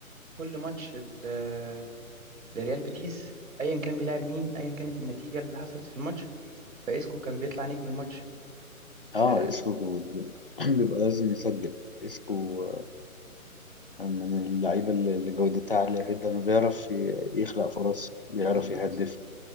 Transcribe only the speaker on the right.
كل ماتش ال- آه، لريال بيتيس ايا كان بيلعب مين ايا كانت النتيجه اللي حصلت في الماتش فاسكو كان بيطلع نجم الماتش
آه،
بالظبط